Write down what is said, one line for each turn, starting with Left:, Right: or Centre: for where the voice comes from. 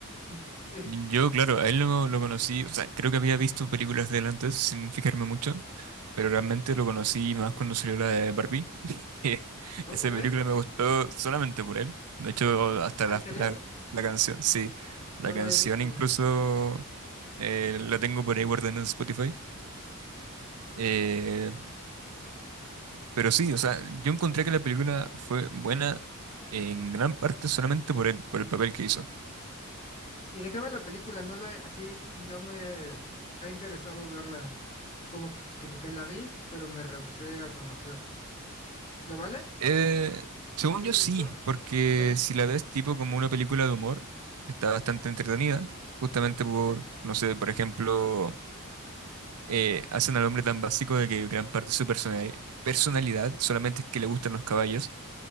Left: <laughs> sí.
Right: Yo, claro, a él lo, lo conocí, o sea, creo que había visto películas de él antes sin fijarme mucho, pero realmente lo conocí más cuando salió la de Barbie, <laughs> que
Left: O-
Right: esa
Left: ok,
Right: película me gustó solamente por él. De hecho, hasta
Left: ¿Ah,
Right: la,
Left: ¿en serio?
Right: la, la canción, sí,
Left: No
Right: la
Left: la
Right: canción
Left: he visto.
Right: incluso eh, la tengo por ahí guardada en Spotify. Eh, Pero sí, o sea, yo encontré que la película fue buena en gran parte solamente por el, por el papel que hizo.
Left: ¿Y de qué va la película? No la, así no me ha interesado verla. Como que, que, que la vi, pero me rehusé a conocer. ¿Lo vale?
Right: Eh, según
Left: ¿Sí
Right: yo
Left: te
Right: sí,
Left: gustó?
Right: porque
Left: Ok,
Right: si la ves tipo
Left: va,
Right: como una película de humor, está bastante entretenida, justamente por,
Left: ok,
Right: no sé, por ejemplo, eh, hacen al hombre tan básico de que gran parte de su personali- personalidad solamente es que le gustan los caballos.